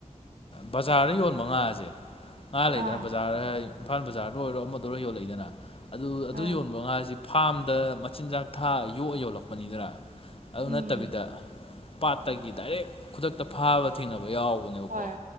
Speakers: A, on the left; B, on the right.
A: ꯕꯖꯥꯔꯗ ꯌꯣꯟꯕ ꯉꯥꯁꯦ ꯉꯥ ꯂꯩꯗꯅ
B: ꯑꯥ
A: ꯕꯖꯥꯔꯗ ꯏꯝꯐꯥꯜ ꯕꯖꯥꯔꯗ ꯑꯣꯏꯔꯣ ꯑꯃꯗ ꯑꯣꯏꯔꯣ ꯌꯣꯜꯂꯛꯏꯗꯅ ꯑꯗꯨ ꯑꯗꯨ
B: ꯑꯥ
A: ꯌꯣꯟꯕ ꯉꯥꯁꯤ ꯐꯥꯔꯝꯗ ꯃꯆꯤꯟꯖꯥꯛ ꯊꯥꯛ ꯌꯣꯛꯑ ꯌꯣꯜꯂꯛꯄꯅꯤꯗꯔ ꯑꯗꯨ
B: ꯎꯝ
A: ꯅꯠꯇꯕꯤꯗ ꯄꯥꯠꯇꯒꯤ ꯗꯥꯏꯔꯦꯛ ꯈꯨꯗꯛꯇ ꯐꯥꯕ ꯊꯦꯡꯅꯕ ꯌꯥꯎꯕꯅꯦꯕꯀꯣ
B: ꯍꯣꯏ